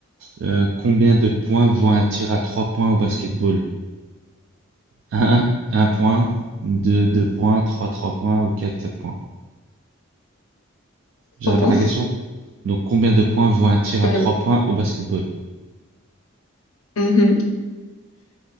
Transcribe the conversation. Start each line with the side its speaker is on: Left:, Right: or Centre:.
Right: Euh, combien de points vaut un tir à 3 points au basketball? Un, un point, 2, 2 points, 3, 3 points ou 4, 4 points. Je
Left: trois
Right: répète
Left: points.
Right: la question. Donc combien de points vaut un tir à trois
Left: Euh,
Right: points au basketball?
Left: mhm,